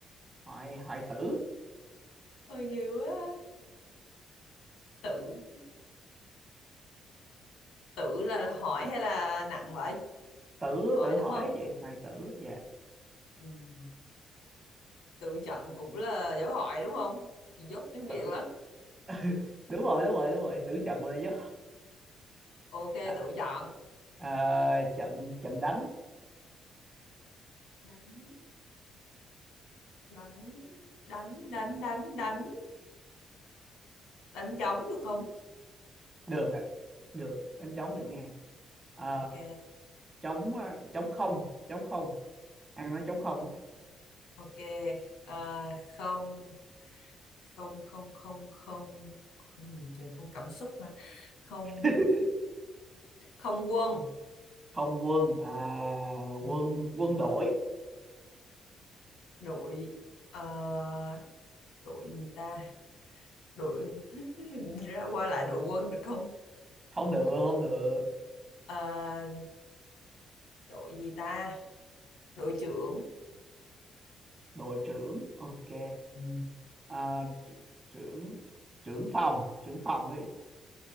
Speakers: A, on the right; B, on the left.
A: hoại hoại tử
B: Ôi ghê quá. Tự tự là hỏi hay là nặng vậy?
A: tử
B: Hỏi
A: tử hỏi
B: đúng không?
A: vậy hoại tử dạ
B: Ừm, Tự chọn cũng là dấu hỏi đúng không? Chị dốt tiếng
A: tử
B: Việt lắm.
A: <laughs> đúng rồi đúng rồi đúng rồi tử trận bộ này chứ
B: Ok,
A: à,
B: tự chọn.
A: à, trận trận đánh
B: Đánh đánh đánh đánh đánh đánh đánh trống được không?
A: được ạ được đánh trống được nha à,
B: Ok.
A: trống à, trống không trống không ăn nói trống không á.
B: ok à, không không không không không không gì trời không cảm xúc hả không
A: <laughs>
B: không quân
A: không quân à,
B: Ừm,
A: quân quân đội
B: đội ờ, đội gì ta đội <laughs> ra qua lại đội quân được không
A: không được không được
B: Ờ, đội gì ta đội trưởng
A: đội trưởng ok
B: Ừm,
A: à, tr- trưởng trưởng phòng trưởng phòng đi